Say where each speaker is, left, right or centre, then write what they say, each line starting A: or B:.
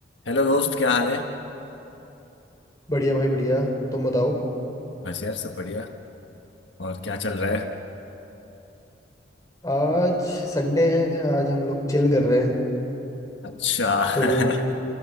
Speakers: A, on the left; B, on the left.
A: Hello दोस्त क्या हाल है
B: बढ़िया भाई बढ़िया तुम बताओ
A: बस यार सब बढ़िया और क्या चल रहा है
B: आज संडे है आज हम लोग चिल कर रहे हैं
A: अच्छा
B: तो
A: <laughs>